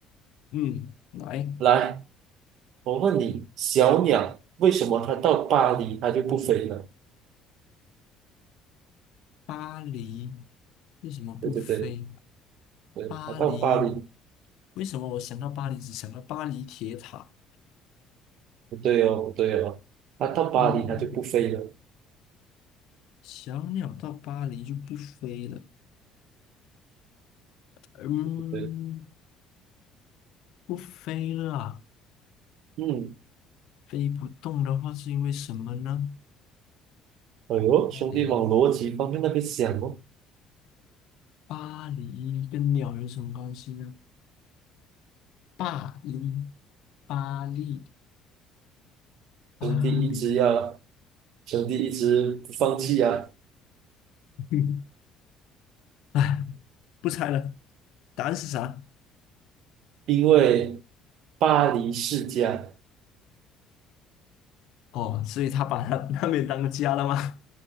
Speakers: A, on the left; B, on the right.
A: 嗯，来，
B: 来，我问你，小鸟为什么它到巴黎它就不飞了？
A: 巴黎为什么不飞？
B: 对对对对，
A: 巴黎，
B: 它到巴黎
A: 为什么我想到巴黎只想到巴黎铁塔？
B: 不对哦，不对哦，它到巴黎它就不飞了，
A: 嗯，
B: 对
A: 小鸟到巴黎就不飞了。嗯，
B: 不对。
A: 不飞了啊
B: 嗯，
A: 飞不动的话是因为什么呢？
B: 哎呦，
A: 巴黎，
B: 兄弟往逻辑方面那边想哦。
A: 巴黎跟鸟有什么关系呢？巴黎，巴黎，巴黎。
B: 兄弟一直要，兄弟一直不放弃啊，
A: <laughs> 哎，不猜了，答案是啥？
B: 因为巴黎世家，
A: 哦，所以他把他那边当个家了吗？